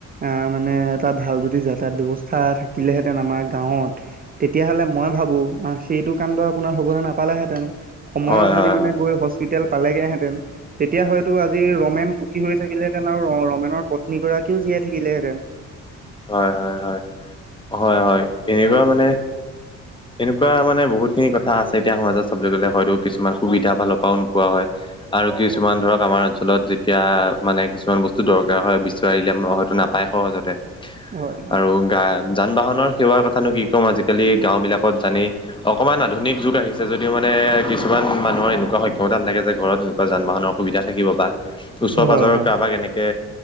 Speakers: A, on the right; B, on the left.
A: অহ, মানে এটা ভাল যদি যাতায়াত ব্যৱস্থা থাকিলেহেঁতেন আমাৰ গাঁৱত। তেতিয়াহ'লে মই ভাবোঁ অহ, সেইটো কাণ্ড আপোনাৰ হ'বলৈ নাপালেহেঁতেন। সময়ত
B: হয়
A: যদি
B: হয়
A: মানে গৈ হস্পিতাল পালেগে হেঁতেন। তেতিয়া হয়তো আজি ৰমেন সুখী হৈ থাকিলেহেঁতেন আৰু ৰমেনৰ পত্নীগৰাকীও জীয়াই থাকিলেহেঁতেন।
B: হয়, হয়, হয়। হয়, হয়, এনেকুৱা মানে এনেকুৱা মানে বহুতখিনি কথা আছে এতিয়া সমাজত চবলৈ গ'লে হয়তো কিছুমান সুবিধা ফালৰ পৰাও নোপোৱা হয় আৰু কিছুমান ধৰক আমাৰ অঞ্চলত এতিয়া মানে কিছুমান বস্তু দৰকাৰ হয় বিচাৰিলে আমাৰ হয়তো নাপায় সহজতে।
A: হয় হয়
B: আৰু গা, যান-বাহনৰ সেৱাৰ কথানো কি ক'ম আজিকালি গাঁওবিলাক জানি অকমান আধুনিক যুগ আহিছে যদিওঁ মানে কিছুমান মানুহৰ এনেকুৱা সক্ষমতা নাথাকে যে ঘৰত এনেকুৱা যান-বাহনৰ সুবিধা থাকিব বা ওচৰ
A: হয়
B: পাজৰৰ
A: হয়।
B: কাৰোবাক কেনেকে